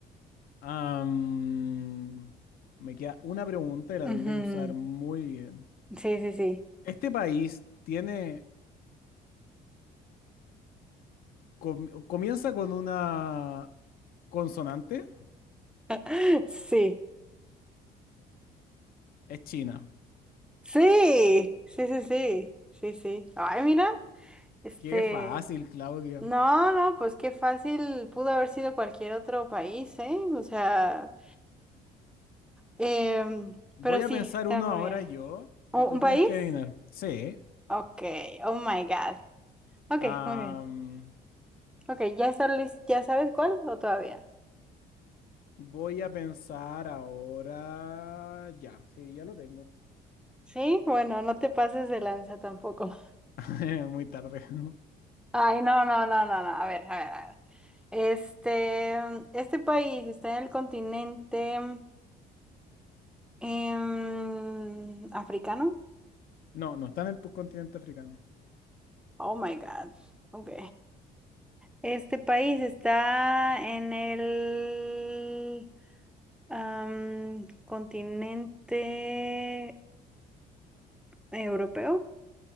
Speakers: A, on the left (about 60°); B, in the centre.
A: Am, me queda una pregunta y la
B: ujú,
A: tendré que usar muy bien.
B: Sí, sí, sí.
A: ¿Este país tiene, com- comienza con una consonante?
B: <laughs> Sí.
A: Es China.
B: Sí. Sí, sí, sí. Sí, sí. Ay, mira. Este.
A: Qué fácil, Claudia.
B: No, no, pues qué fácil pudo haber sido cualquier otro país, ¿eh? O sea. em,
A: Voy
B: pero sí,
A: a pensar
B: está
A: uno
B: muy
A: ahora
B: bien.
A: yo
B: ¿Un,
A: y tú
B: un
A: tienes
B: país?
A: que adivinar. Sí,
B: Ok. Oh my God. Ok,
A: Am,
B: muy bien. Ok, ¿ya sabes, ya sabes cuál o todavía?
A: voy a pensar ahora. Ya, sí, ya lo tengo.
B: Sí, bueno, no te pases de lanza tampoco.
A: <laughs> Muy tarde. <laughs>
B: Ay, no, no, no, no, no. A ver, a ver, a ver. Este, este país está en el continente em, africano.
A: No, no está en el pu- continente africano.
B: Oh my God. Ok. Este país está en el am, continente europeo.